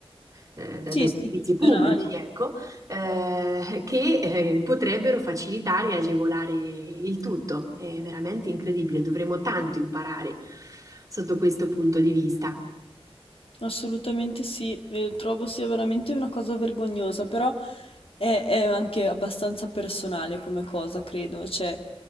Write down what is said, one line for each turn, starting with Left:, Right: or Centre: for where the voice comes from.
Right: eh, da-
Left: Sì,
Right: dai
Left: istituzionali,
Right: servizi pubblici, ecco, eh, che eh, potrebbero facilitare e agevolare il tutto. È veramente incredibile, dovremmo tanto imparare sotto questo punto di vista.
Left: assolutamente sì. E trovo sia veramente una cosa vergognosa, però è, è anche abbastanza personale come cosa, credo. Cioè,